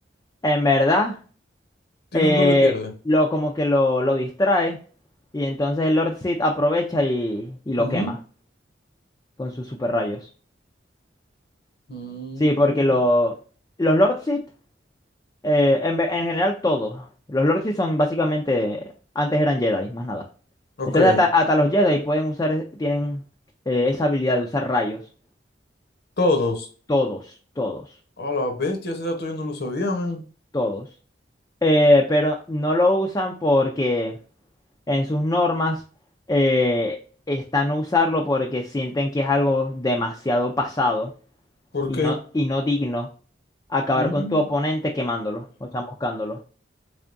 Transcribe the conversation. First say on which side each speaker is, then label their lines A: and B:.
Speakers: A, on the left; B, on the left.
A: En verdad,
B: Tiene
A: eh,
B: un duelo y pierde.
A: lo como que lo, lo distrae. Y entonces el Lord Sith aprovecha y, y lo
B: Ujú.
A: quema con sus super rayos.
B: Mm,
A: Sí, porque lo, los Lord Sith Eh, en, ve- en general todos. Los Lords sí son básicamente, antes eran Jedi, más nada.
B: Ok,
A: Entonces hasta, hasta los Jedi pueden usar, es- tienen eh, esa habilidad de usar rayos.
B: todos.
A: Todos, todos,
B: A la bestia, ese dato yo no lo sabía, man.
A: todos. Eh, pero no lo usan porque en sus normas eh, está no usarlo porque sienten que es algo demasiado pasado
B: ¿Por
A: y
B: qué?
A: no, y no digno acabar
B: Mm,
A: con tu oponente quemándolo o chamuscándolo.